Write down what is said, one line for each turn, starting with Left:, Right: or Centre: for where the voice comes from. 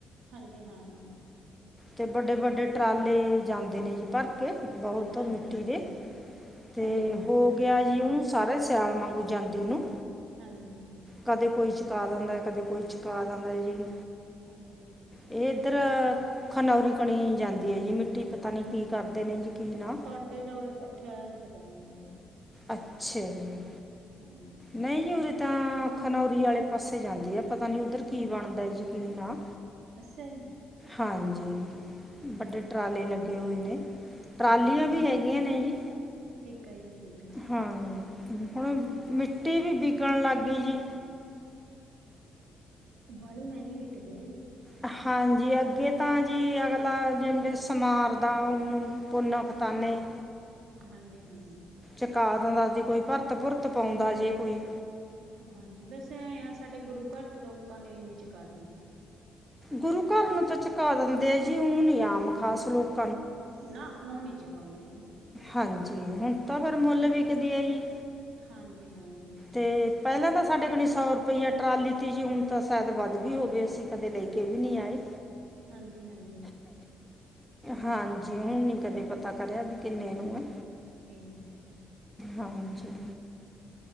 Right: ਹਾਂਜੀ ਹਾਂ।
Centre: ਤੇ ਵੱਡੇ ਵੱਡੇ ਟਰਾਲੇ ਜਾਂਦੇ ਨੇ ਜੀ ਪਰ। ਕੇ ਬਹੁਤ
Right: ਹਾਂਜੀ,
Centre: ਮਿੱਟੀ ਦੇ ਤੇ
Right: ਹਾਂਜੀ-ਹਾਂਜੀ।
Centre: ਹੋ ਗਿਆ ਜੀ ਹੁ। ਸਾਰੇ ਈ ਸਿਆਲ ਮੰਗੂ ਜਾਂਦੀ ਨੂੰ।
Right: ਹਾਂਜੀ।
Centre: ਕਦੇ ਕੋਈ ਚੁਕਾ ਜਾਂਦਾ ਐ ਕਦੇ ਕੋਈ ਚੁਕਾ ਜਾਂਦਾ ਐ ਜੀ।
Right: ਹਾਂਜੀ।
Centre: ਏ ਇੱਧਰ ਖਨੌਰੀ ਕਣੀ ਜਾਂਦੀ ਐ ਜੀ ਮਿੱਟੀ ਪਤਾ ਨੀ ਕੀ ਕਰਦੇ ਨੇ ਜੀ। ਕੀ ਨਾ
Right: ਸਾਡੇ ਤਾਂ ਉਰੇ ਭੱਠੇ ਆਲਿਆਂ ਨੂੰ ਚੁਕਾਈ ਜਾਂਦੇ।
Centre: ਅੱਛਾ ਜੀ
Right: ਹਾਂਜੀ,
Centre: ਨਹੀਂ ਜੀ ਹੁਣ ਤਾਂ ਖਨੌਰੀ ਆਲੇ ਪਾਸੇ ਜਾਂਦੇ ਆ। ਪਤਾ ਨੀ ਉੱਧਰ ਕੀ ਬਣਦਾ ਜੀ ਕੀ ਨਾ।
Right: ਅਸਾ ਜੀ।
Centre: ਹਾਂਜੀ ਵੱਡੇ ਟਰਾਲੇ ਲੱਗੇ ਹੋਏ ਨੇ ਟਰਾਲੀਆਂ
Right: ਠੀਕ ਆ ਜੀ,
Centre: ਵੀ ਹੈ। ਇਹ ਨਈ ਜੀ।
Right: ਠੀਕ ਆ ਜੀ ਠੀਕ ਆ।
Centre: ਹਾਂ ਹੁਣ ਮਿੱਟੀ ਵੀ ਵਿਕਣ ਲੱਗ ਗਈ ਜੀ।
Right: ਬਾਹਲੀ ਮਹਿੰਗੀ ਵਿਕਦੀ ਐ ਜੀ।
Centre: ਹਾਂਜੀ ਅੱਗੇ ਤਾਂ ਜੀ ਅਗਲਾ ਜਿ ਸਮਾਰ ਦਾ ਉਹ ਪੁੰਨ ਫਤਾਨੇ
Right: ਹਾਂਜੀ ਹਾਂ
Centre: ਚਕਾ ਦਿੰਦਾ ਸੀ। ਕੋਈ ਭਰਤ ਭੁਰਤ ਪਾਉਂਦਾ ਜੇ ਕੋਈ।
Right: ਹਾਂਜੀ ਬਸ ਐ ਆ ਸਾਡੇ ਗੁਰੂਘਰ ਚ ਲੋਕਾਂ ਨੇ ਇਵੀਂ ਚਕਾ ਦੇਈ ਦੀ
Centre: ਗੁਰੂਘਰ ਨੂੰ ਤਾਂ ਚਕਾ ਦਿੰਦੇ ਆ ਜੀ ਓ ਨੀ ਆਮ ਖਾਸ ਲੋਕ
Right: ਨਾ ਊ ਨਹੀਂ ਚਕਾਉਂਦੇ ਜੀ
Centre: ਹਾਂਜੀ ਹੁਣ ਤਾਂ ਫੇਰ ਮੁੱਲ ਵਿਕਦੀ ਐ ਜੀ।
Right: ਹਾਂਜੀ, ਹਾਂਜੀ
Centre: ਤੇ ਪਹਿਲਾਂ ਤਾਂ ਸਾਡੇ ਕਨੀ ਸੌ ਰੁਪਈਆ ਟਰਾਲੀ ਤੀ ਜੀ ਹੁਣ ਤਾਂ ਸ਼ਾਇਦ ਵੱਧਗੀ ਹੋਵੇ ਅਸੀਂ ਕਦੇ ਲੈ ਕੇ ਵੀ ਨਹੀਂ ਆਏ।
Right: ਹਾਂਜੀ, ਹਾਂਜੀ
Centre: ਹਾਂਜੀ ਹੁਣ ਨੀ ਕਦੇ ਪਤਾ ਕਰਿਆ ਵੀ ਕਿੰਨੇ ਨੂੰ ਐ
Right: ਠੀਕ ਐ
Centre: ਹਾਂਜੀ